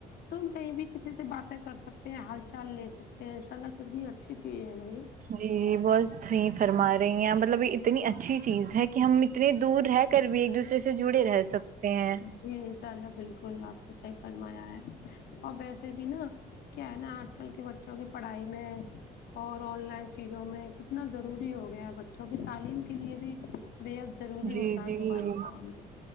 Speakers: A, on the left; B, on the right.
A: تو ہم کہیں بھی کسی سے باتیں کر سکتے ہیں حال چال لے سکتے ہیں ان شاء اللہ کتنی اچھی چیز ہے نا یہ
B: جی بہت صحیح فرما رہی ہیں آپ مطلب یہ اتنی اچھی چیز ہے کہ ہم اتنے دور رہے کر بھی ایک دوسرے سے جڑے رہ سکتے ہیں
A: جی انشاء اللہ بالکل آپ کو صحیح فرمایا ہے اور ویسے بھی نا کیا ہے نہ آج کل کے بچوں کی پڑھائی میں اور آن لائن چیزوں میں کتنا ضروری ہو گیا ہے بچوں کی تعلیم کے لیے بھی بے حد ضروری
B: جی
A: ہوتا ہے
B: جی
A: موبائل فون